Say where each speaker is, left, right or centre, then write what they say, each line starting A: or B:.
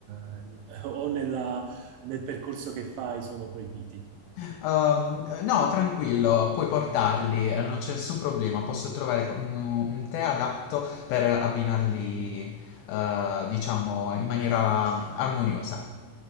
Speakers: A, on the right; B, on the left.
A: <laughs> o nella- nel percorso che fai sono proibiti.
B: Ehm, no, tranquillo, puoi portarli, eh, non c'è nessun problema, posso trovare un, un tè adatto per abbinarli, eh, diciamo, in maniera armoniosa.